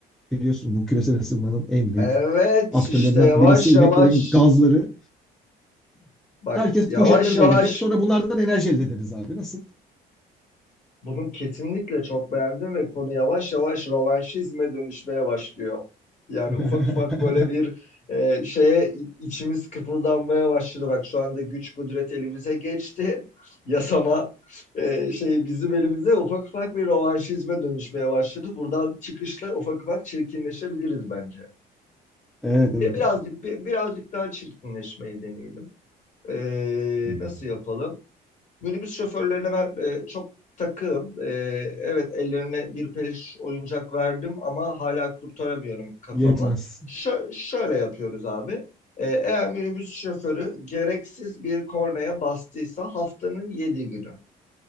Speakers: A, in the centre; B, on the left.
A: Biliyorsun bu küresel ısınmanın en büyük
B: Evet
A: aktörlerinden
B: işte yavaş
A: birisi ineklerin
B: yavaş
A: gazları.
B: bak
A: Herkes
B: yavaş
A: poşetleri
B: yavaş
A: dolduracak. Sonra bunlardan enerji elde ederiz abi. Nasıl?
B: bunu kesinlikle çok beğendim ve konu yavaş yavaş rövanşizme dönüşmeye başlıyor. Yani
A: <laughs>
B: ufak ufak böyle bir e, şeye i- içimiz kıpıldanmaya başladı. Bak şu anda güç kudret elimize geçti. <laughs> Yasama e, şeyi bizim elimize ufak ufak bir rövanşizme dönüşmeye başladı. Buradan çıkışla ufak ufak çirkinleşebiliriz bence.
A: Evet
B: Bir-
A: evet
B: Birazcık
A: abi.
B: bir- birazcık daha çirkinleşmeyi deneyelim. Ee,
A: Hmm.
B: nasıl yapalım? Minibüs şoförlerine ben e, çok takığım. Ee, evet ellerine bir peluş oyuncak verdim ama hala kurtaramıyorum kafamı.
A: Yetmez.
B: Şö- şöyle yapıyoruz abi. Ee, eğer minibüs şoförü gereksiz bir kornaya bastıysa haftanın 7 günü.